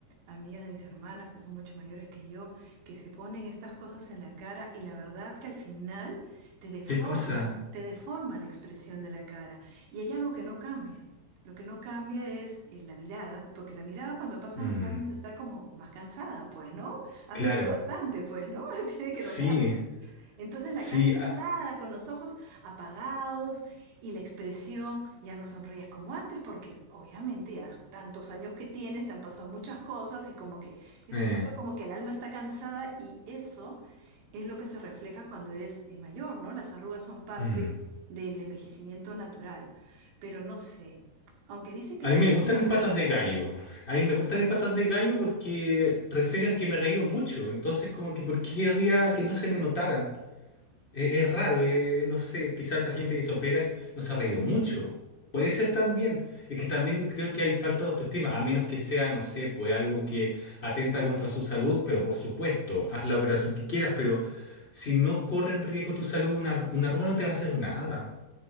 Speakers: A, on the right; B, on the left.
A: amigas de mis hermanas que son mucho mayores que yo, que se ponen estas cosas en la cara y la verdad que al final te deforma,
B: ¿Qué cosa?
A: te deforma la expresión de la cara. Y hay algo que no cambia. Lo que no cambia es eh, la mirada, porque la mirada cuando pasan
B: Mm,
A: los años está como más cansada, pues, ¿no? Has
B: claro,
A: vivido bastante, pues, ¿no? <laughs> Tiene que
B: sí,
A: notarse. Entonces la
B: sí.
A: cara inflada,
B: ah,
A: con los ojos apagados y la expresión, ya no sonríes como antes, porque obviamente ya tantos años que tienes, te han pasado muchas cosas y como que yo
B: eh,
A: siento como que el alma está cansada y eso es lo que se refleja cuando eres eh, mayor, ¿no? Las arrugas son parte
B: mm.
A: del envejecimiento natural, pero no sé, aunque dice que
B: A
A: están
B: mí me
A: haciendo
B: gustan mis
A: pruebas.
B: patas de gallo. A mí me gustan mis patas de gallo porque reflejan que me reío mucho. Entonces, como que, ¿por qué querría que no se me notaran? Eh, Es, raro, eh, no sé, quizás esa gente que se opera no se ha reído mucho. Puede ser también. Es que también yo creo que hay falta de autoestima, a menos que sea, no sé, pues algo que atenta contra su salud, pero por supuesto, haz la operación que quieras, pero si no corre en riesgo tu salud, una, una arruga no te va a hacer nada,